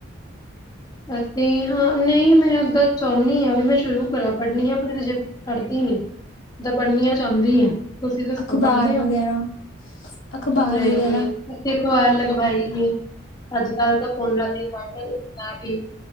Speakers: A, on the left; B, on the left.
A: ਅਸੀਂ ਹਾਂ ਨਹੀਂ ਮੈਂ ਚਾਹੁੰਦੀ, ਵੀ ਮੈਂ ਸ਼ੁਰੂ ਕਰਾਂ ਪੜ੍ਹਨੀ ਹ ਪਰ ਹਜੇ ਪੜ੍ਹਦੀ ਨਹੀਂ ਤਾਂ ਪੜ੍ਹਨੀਆਂ ਚਾਹੁੰਦੀ । ਤੁਸੀਂ ਦੱਸੋ
B: ਅਖ਼ਬਾਰ
A: ਪੜ੍ਹਦੇ ਹੋ
B: ਵਗੈਰਾ ਅਖ਼ਬਾਰ
A: ਨਹੀਂ,
B: ਵਗੈਰਾ
A: ਅਸੀਂ ਅਖਬਾਰ ਲਗਵਾਈ ਅੱਜ ਕੱਲ ਤਾਂ ਫੋਨਾ ਤੇ ਹਰ ਸਾਡੀ